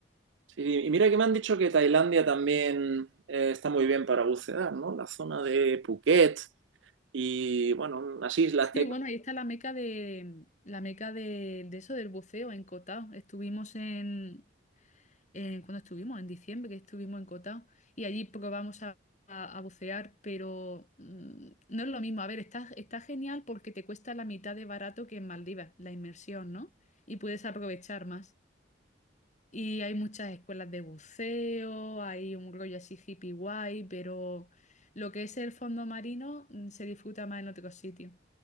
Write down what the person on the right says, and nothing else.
Sí, y mira que me han dicho que Tailandia también eh, está muy bien para bucear, ¿no? La zona de Phuket y, bueno, unas islas
que hay.